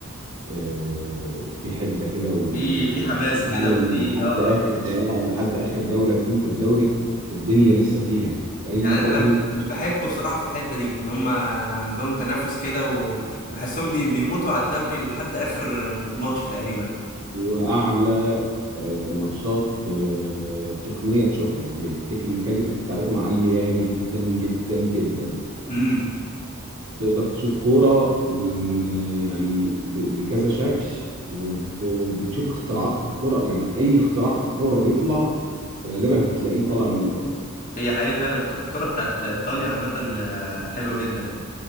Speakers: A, on the right; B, on the left.
A: آه، في حدة كده وإن
B: في في حماس
A: المتعلم
B: كده وفي
A: لحد
B: اه
A: آخر
B: آه.
A: آه لحد آخر جولة اتنين في الدوري الدنيا لسه فيها يعني. أي
B: يعني
A: فرقة
B: انا
A: ممكن تكسب.
B: بحب بصراحه في الحته دي ان هم عندهم تنافس كده وبحسهم بي- بيموتوا على الدوري لحد اخر ماتش تقريبا
A: وأعلى آه، ماتشات آه، تقنية تشوفها يعني التكنيكاليتي بتاعتهم عالية جدا جدا جدا
B: امم
A: تقدر تشوف كورة من يعني ب- بكذا شكل وب- وبتشوف اختراعات في الكورة يعني أي اختراع في الكورة بيطلع غالبا هتلاقيه طالع من إيطاليا
B: هي حقيقي فعلا الك- الكره بتاعت ايطاليا عامه آه، حلوه جدا